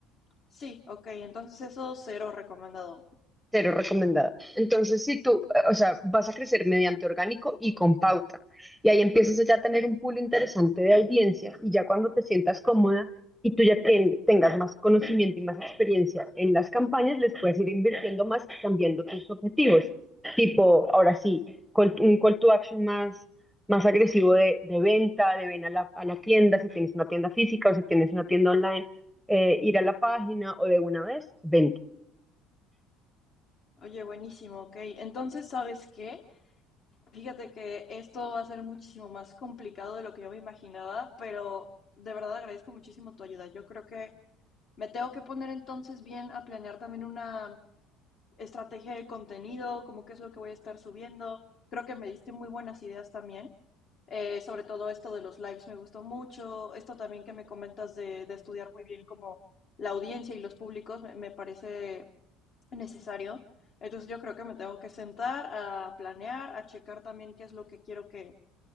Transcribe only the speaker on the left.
Sí, ok, entonces eso cero recomendado.
Oye, buenísimo, ok. Entonces, ¿sabes qué? Fíjate que esto va a ser muchísimo más complicado de lo que yo me imaginaba, pero de verdad agradezco muchísimo tu ayuda. Yo creo que me tengo que poner entonces bien a planear también una, estrategia de contenido, como qué es lo que voy a estar subiendo. Creo que me diste muy buenas ideas también. Eh, sobre todo esto de los lives me gustó mucho. Esto también que me comentas de, de estudiar muy bien como la audiencia y los públicos me, me, parece necesario. Entonces yo creo que me tengo que sentar a planear, a checar también qué es lo que quiero que,